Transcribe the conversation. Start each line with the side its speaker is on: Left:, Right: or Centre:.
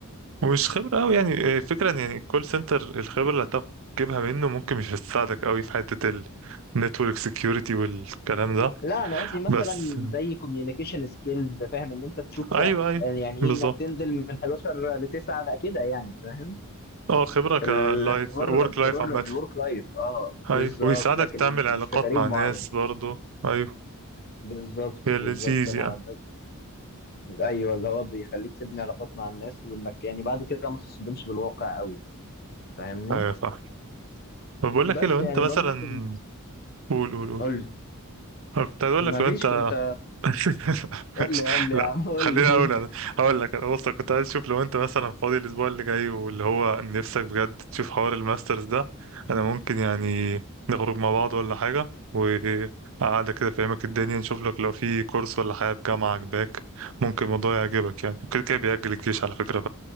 Right: ومش خبرة أوي يعني آه، فكرة إن يعني كول سنتر الخبرة اللي هتجيبها منه ممكن مش هتساعدك أوي في حتة النتورك سكيورتي والكلام ده
Left: لا انا قصدي مثلا
Right: بس
Left: زي كوميونيكيشن سكيلز فاهم ان انت تشوف
Right: أيوه
Left: آه،
Right: أيوه
Left: يعني
Right: بالظبط
Left: ايه انك تنزل من 11 ل 9 بقى كده يعني فاهم
Right: اه خبرة كلايف
Left: ال- انك تجرب
Right: ورك لايف
Left: تجرب
Right: عامة
Left: الورك لايف اه بالظبط
Right: أيوه وبيساعدك
Left: لكن
Right: تعمل
Left: مش
Right: علاقات
Left: مش في كارير
Right: مع
Left: معين
Right: ناس برضه أيوه
Left: بالظبط
Right: هي
Left: بالظبط
Right: لذيذ
Left: انا
Right: يعني
Left: ايوه اللي هو بيخليك تبني علاقات مع الناس وانك يعني بعد كده ما تصدمش بالواقع قوي فاهمني
Right: أيوه فاهم طب بقول
Left: بس
Right: لك ايه لو انت
Left: يعني
Right: مثلا
Left: برضو كنت
Right: قول قول قول
Left: قول لي
Right: انا كنت عايز اقول
Left: ما
Right: لك لو
Left: فيش
Right: انت
Left: كنت
Right: <laughs>
Left: قول
Right: ماشي.
Left: لي قول لي
Right: لا
Left: يا عم قول
Right: خليني
Left: لي
Right: اقول انا هقول لك انا بص كنت عايز اشوف لو انت مثلا فاضي الاسبوع اللي جاي واللي هو نفسك بجد تشوف حوار الماسترز ده انا ممكن يعني نخرج مع بعض ولا حاجه وقعدة كده فاهمك الدنيا نشوف لك لو في كورس ولا حاجه في جامعه عجباك ممكن الموضوع يعجبك يعني كده كده بيأجل الجيش على فكره